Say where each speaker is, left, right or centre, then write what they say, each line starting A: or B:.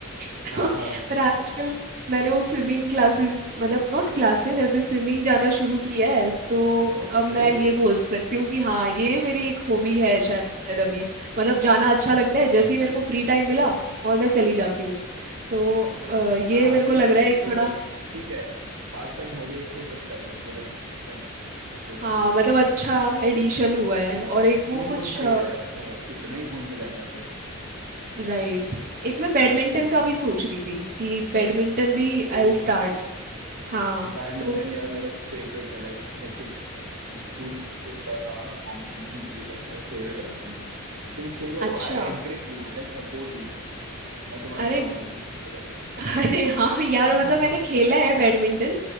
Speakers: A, on the right (about 40°); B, on the right (about 80°).
A: <laughs>
B: हाँ
A: पर आजकल मैंने वो स्विमिंग क्लासेस मतलब नॉट क्लासेस ऐसे स्विमिंग जाना शुरू किया है तो
B: ओके
A: अब मैं ये बोल सकती हूँ कि हाँ ये मेरी एक हॉबी है शायद अभी मतलब जाना अच्छा लगता है जैसे ही मेरे को फ्री टाइम मिला और मैं चली जाती हूँ तो अ, ये
B: हाँ
A: मेरे
B: ये
A: को लग
B: तो
A: रहा
B: फिर
A: है एक
B: तो
A: थोड़ा
B: ठीक है पास टाइम हॉबी एक हो सकता है ये बोला जा सकता है Yes
A: हाँ
B: yes
A: मतलब अच्छा एडिशन हुआ है और एक वो
B: नहीं
A: कुछ
B: वो सही है अच्छा है कितना ही फोन चलाया है कोई
A: राइट एक मैं बैडमिंटन
B: हाँ जी
A: का भी सोच रही थी कि बैडमिंटन भी आई
B: ओह
A: विल स्टार्ट हाँ
B: बैडमिंटन
A: तो
B: यार मेरा फेवरेट है लाइक लेजिट मैं स्कूल में भी खेलता था और कॉम्पिटिशन में भी लाइक मेरा फेवरेट है बैडमिंटन तुम खेलो
A: अच्छा
B: I encourage you I support you मैं तुम्हारे
A: अरे
B: साथ हूँ तुम खेलो
A: अरे हाँ यार
B: बैडमिंटन
A: मतलब मैंने खेला है बैडमिंटन